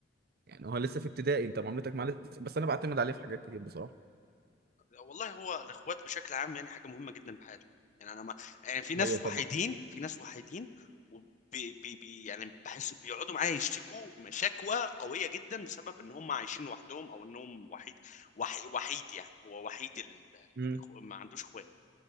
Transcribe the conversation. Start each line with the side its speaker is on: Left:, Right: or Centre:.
Right: يعني هو لسه في ابتدائي انت معاملتك معاه لسه بس انا بعتمد عليه في حاجات كتير بصراحه
Left: والله هو الاخوات بشكل عام يعني حاجه مهمه جدا في حياتنا يعني انا ما يعني في ناس
Right: ايوه طبعا
Left: وحيدين في ناس وحيدين وبي بي بي يعني بحس بيقعدوا معايا يشتكوا شكوى قويه جدا بسبب ان هم عايشين لوحدهم او انهم وحيد وحي وحيد يعني هو وحيد ال...
Right: امم
Left: الإخو- ما عندوش اخوات